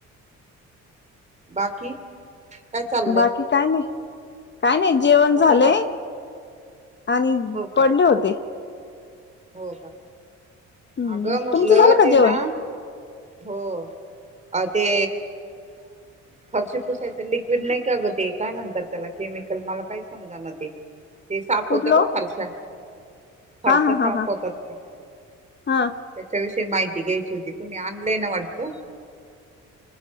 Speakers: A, on the right (about 25°); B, on the left (about 35°).
A: बाकी. काय चाललंय
B: बाकी काय नाही. काय नाही जेवण
A: झाली
B: झालंय..
A: का?
B: आणि
A: हो का.
B: पडले होते.
A: हो का
B: हम्म
A: अगं म्हटलं
B: तुमचं झालं का
A: ते
B: जेवण
A: ना हो. अ ते फरशी पुसायचं लिक्विड नाही का अगं ते काय म्हणतात त्याला कि मिकल मला काही समजा ते ते साफ
B: कुठलं
A: होत बघ फारशा. फारसा
B: हा हा
A: साफ
B: हा हा
A: होतात ते
B: हा
A: त्याच्या विषय माहिती घ्यायची होती तुम्ही ऑनलाईन वाटत